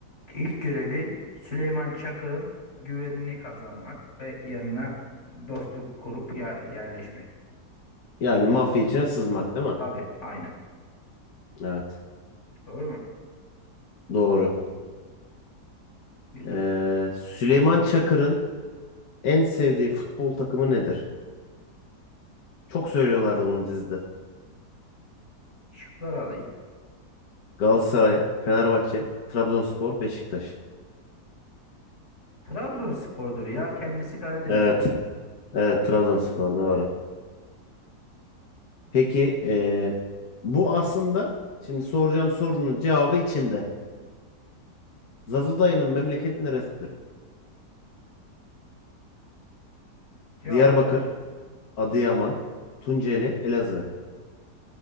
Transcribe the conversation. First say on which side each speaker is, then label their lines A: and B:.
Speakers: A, on the left; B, on the left.
A: ilk görevi Süleyman Çakır'ın güvenini kazanmak ve yanına dostluk kurup ya yerleşmek.
B: Yani mafya içine sızmak değil mi?
A: Tabii aynen.
B: Evet.
A: Doğru mu?
B: Doğru.
A: Güzel.
B: E, Süleyman Çakır'ın en sevdiği futbol takımı nedir? Çok söylüyorlardı bunu dizide.
A: Şıkları alayım.
B: Galatasaray, Fenerbahçe, Trabzonspor, Beşiktaş.
A: Trabzonspor'dur ya. Kendisi Karadenizli.
B: Evet, evet Trabzonspor doğru.
A: Evet.
B: Peki eee, bu aslında şimdi soracağım sorunun cevabı içinde. Zaza dayının memleketi neresidir?
A: Cevaplar
B: Diyarbakır,
A: ne?
B: Adıyaman, Tunceli, Elazığ.